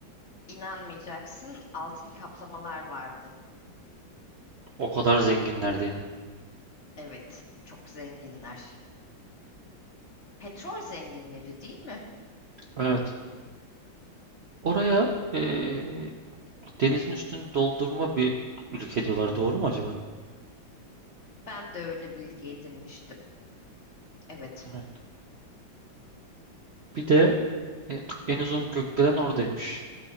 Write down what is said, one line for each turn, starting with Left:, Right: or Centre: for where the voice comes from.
Left: İnanmayacaksın, altın kaplamalar vardı.
Right: O kadar zenginlerdi yani.
Left: Evet, çok zenginler. Petrol zenginleri değil mi?
Right: Evet. Oraya eee, denizin üstünü doldurma bir ülke diyorlar. Doğru mu acaba?
Left: Ben de öyle bilgi edinmiştim. Evet,
Right: Evet. Bir de e, en uzun gökdelen oradaymış.